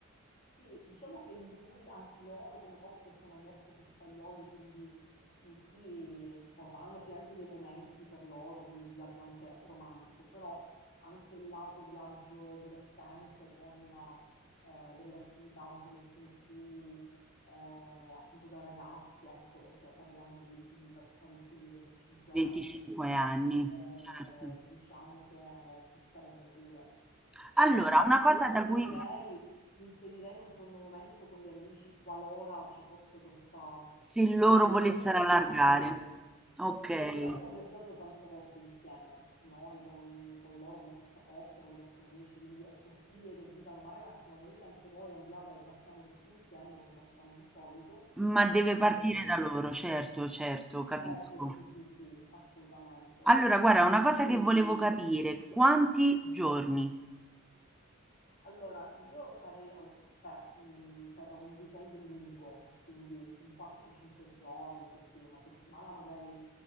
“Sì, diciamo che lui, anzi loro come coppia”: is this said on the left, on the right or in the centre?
Left